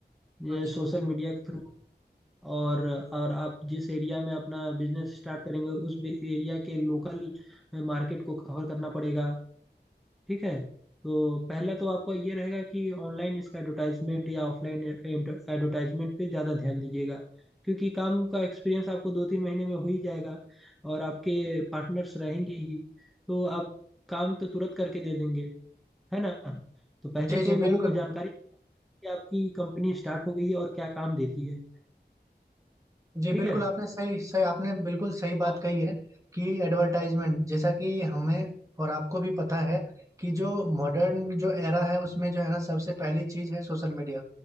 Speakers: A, in the centre; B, on the right (about 20°).
A: ये
B: अच्छा
A: सोशल मीडिया के थ्रू और और आप जिस एरिया में अपना बिजनेस स्टार्ट करेंगे उस एरिया के लोकल मार्केट को कवर करना पड़ेगा ठीक है तो पहला तो आपका ये रहेगा कि ऑनलाइन इसका एडवर्टाइजमेंट या ऑफलाइन एडवर्टाइजमेंट पे ज़्यादा ध्यान दीजिएगा क्योंकि काम का एक्सपीरियंस आपको दो तीन महीने में हो ही जाएगा और आपके पार्टनर्स रहेंगे ही तो आप काम तो तुरंत करके दे देंगे है ना तो पहले
B: जी
A: तो
B: जी
A: लोगों
B: बिल्कुल
A: को जानकारी कि आपकी कंपनी स्टार्ट हो गई है और क्या काम देती है
B: जी
A: ठीक
B: बिल्कुल
A: है
B: आपने सही सही आपने बिल्कुल सही बात
A: हाँ
B: कही है कि एडवर्टाइजमेंट जैसा कि हमें और आपको भी पता है कि जो मॉडर्न जो एरा है उसमें जो है ना सबसे पहली चीज है सोशल मीडिया